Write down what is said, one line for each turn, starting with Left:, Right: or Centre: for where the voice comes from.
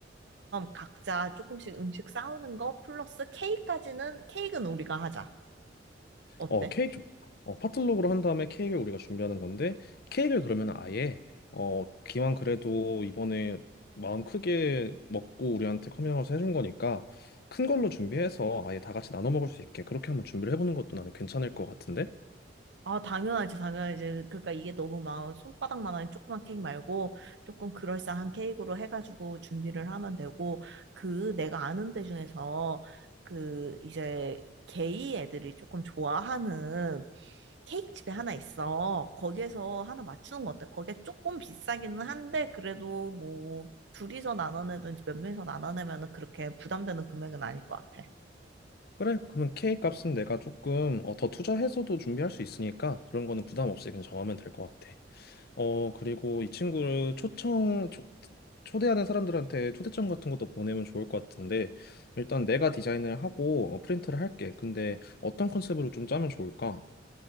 Right: 각자 조금씩 음식 싸우는 거 플러스 케이크까지는, 케이크는 우리가 하자. 어때?
Left: 어, 케이크 좋다. 어, 파틀록으로 한 다음에 케이크를 우리가 준비하는 건데, 케이크를 그러면 아예, 어, 기왕 그래도 이번에 마음 크게 먹고 우리한테 커밍아웃을 해준 거니까, 큰 걸로 준비해서 아예 다 같이 나눠 먹을 수 있게 그렇게 한번 준비를 해보는 것도 나는 괜찮을 것 같은데?
Right: 아, 당연하지, 당연하지. 그러니까 이게 너무 막 손바닥만한 조그만 케이크 말고 조금 그럴싸한 케이크로 해가지고 준비를 하면 되고, 그 내가 아는 데 중에서 그 이제 게이 애들이 조금 좋아하는 케이크 집이 하나 있어. 거기에서 하나 맞추는 거 어때? 거기에 조금 비싸기는 한데, 그래도 뭐 둘이서 나눠내든지 몇 명이서 나눠내면은 그렇게 부담되는 금액은 아닐 것 같아.
Left: 그래, 그러면 케이크 값은 내가 조금 어, 더 투자해서도 준비할 수 있으니까 그런 거는 부담 없이 그냥 정하면 될 것 같아. 어, 그리고 이 친구를 초청, 초, 초대하는 사람들한테 초대장 같은 것도 보내면 좋을 것 같은데, 일단 내가 디자인을 하고 어, 프린트를 할게. 근데 어떤 컨셉으로 좀 짜면 좋을까?